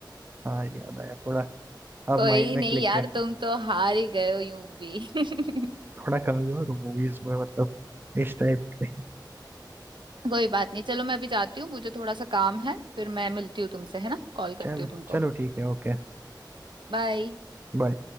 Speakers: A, on the right; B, on the right.
A: हाँ याद आया थोड़ा अब
B: कोई
A: माइंड में
B: नहीं
A: क्लिक
B: यार
A: किया
B: तुम तो हार ही गए हो यूं भी <laughs>
A: थोड़ा कमजोर हूँ मूवीज में मतलब इस टाइप के
B: कोई बात नहीं चलो मैं अभी जाती हूँ मुझे थोड़ा सा काम है फिर मैं मिलती हूँ तुमसे है ना कॉल
A: चलो
B: करती हूँ तुमको
A: चलो ठीक है ओके
B: बाय
A: बाय